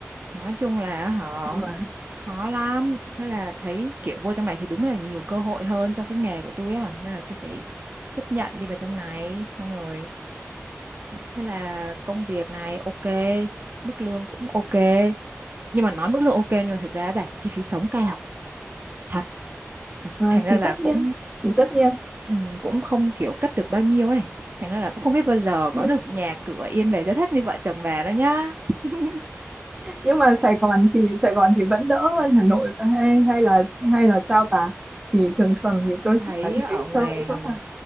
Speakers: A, on the right; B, on the right.
A: nói chung là họ
B: rồi.
A: khó lắm thế là thấy kiểu vô trong này thì đúng là nhiều cơ hội hơn trong cái nghề của tôi á nên là tôi phải chấp nhận đi vào trong này xong rồi thế là công việc này ok mức lương cũng ok nhưng mà nói mức lương ok nhưng mà thực ra á bà chi phí sống cao thật
B: Và
A: thành ra
B: thì
A: là
B: tất nhiên
A: cũng
B: thì tất nhiên
A: ừm, cũng không kiểu cất được bao nhiêu ấy thành ra là cũng không biết bao giờ
B: nhưng
A: có được nhà cửa yên về rất thất như vợ chồng bà đó nhá <laughs>
B: nhưng mà Sài Gòn thì Sài Gòn thì vẫn đỡ hơn Hà Nội và hay hay là hay là sao ta thì thường thường thì
A: tôi
B: tôi
A: thấy
B: chỉ vào trong
A: á, ở
B: đấy
A: ngoài
B: chơi chắc là